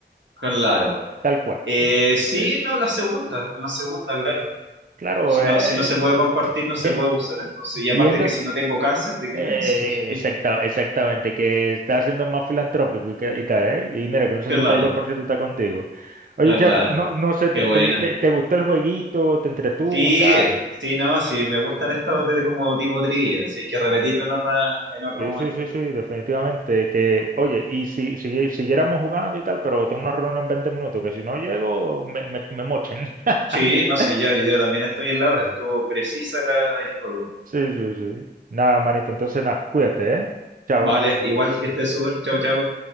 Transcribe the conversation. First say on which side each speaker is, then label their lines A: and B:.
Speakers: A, on the right; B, on the right.
A: Claro.
B: tal cual.
A: Eh,
B: Entonces,
A: sí, no, la segunda, la segunda, claro.
B: Claro,
A: Si no,
B: eh,
A: si no se puede compartir, no
B: ye-
A: se puede usar, entonces.
B: yendo
A: Y aparte que si no tengo cáncer, ¿de qué
B: eh,
A: me va a servir?
B: exacta- exactamente, que estás siendo más filantrópico y, que- y tal, ¿eh? Y mira que un
A: <laughs>
B: sesenta
A: Claro,
B: y dos por ciento está contigo. Oye,
A: claro.
B: Charles, no, no sé, te,
A: Qué buena.
B: te- te- te gustó el jueguito? ¿Te entretuvo
A: Sí,
B: y tal?
A: sí, no, sí, me gustan estos de como tipo trivia, si hay que repetirlo en otra, en otro
B: Sí,
A: momento.
B: sí, sí, sí, definitivamente. Que, oye, y si, si siguiéramos jugando y tal, pero tengo una reunión en 20 minutos, que si no llego, me, me, me mochen. <laughs>
A: Sí, no, sí, ya, yo también estoy en la hora, estuvo precisa la, el juego.
B: Sí, sí, sí. Nada, manito, entonces nada, cuídate, ¿eh? Chao.
A: Vale, igual que esté súper, chao, chao.